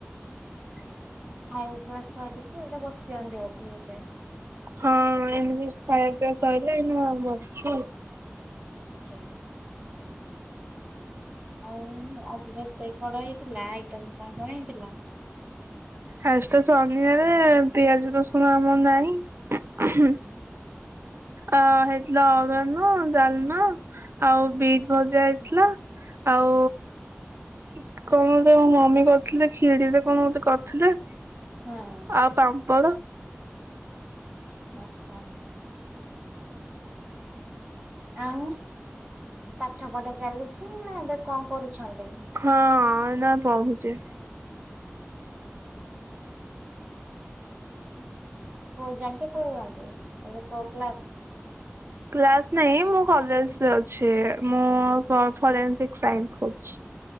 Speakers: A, on the right; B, on the right.
A: ଖାଇବା ପିଇବା ସାରିକି ଏବେ ବସିଛନ୍ତି ବୋଧେ ଏବେ?
B: ହଁ ଏଇନେ ଜଷ୍ଟ ଖାଇବା ପିଇବା ସଇଲା ଏଇନେ ଆଉ ବସିଛୁ।
A: ମୁଁ ଜାଣି। ଆଉ ଆଜି ରୋଷେଇ କଣ ହେଇଥିଲା? ଆଇଟମ୍ କଣ କଣ ହେଇଥିଲା?
B: ଆ ଜିତ ଶନିବାରେ ପିଆଜ ରସୁଣ ଆମର ନାହିଁ। ହୁଁ,
A: ହୁଁ।
B: ଆ ହେଇଥିଲା ଆରୁଆର୍ଣ୍ଣ ଡାଲମା ଆଉ ବିଟ୍ ଭଜା ହେଇଥିଲା। ଆଉ କଣ ଗୋଟେ ମମି କରିଥିଲେ ଖିରିରେ କଣ ଗୋଟେ କରିଥିଲେ।
A: ହଁ
B: ଆଉ ପାମ୍ପଡ।
A: ଆଚ୍ଛା। ଆଉ ପାଠ ପଢା ଚାଲିଚି ନା ଏବେ କଣ କରୁଛନ୍ତି?
B: ହଁ ଏଇନା ପଢୁଚି।
A: କୋଉ ଜାଙ୍କେ ପଢ଼ିଛନ୍ତି ଏବେ କୋଉ କ୍ଲାସ୍?
B: କ୍ଲାସ୍‌ ନାଇଁ ମୁଁ କଲେଜ୍‌ ଯାଉଛି ମୁଁ ଫରେନ୍ସିକ୍ ସାଇନ୍ସ କରୁଛି।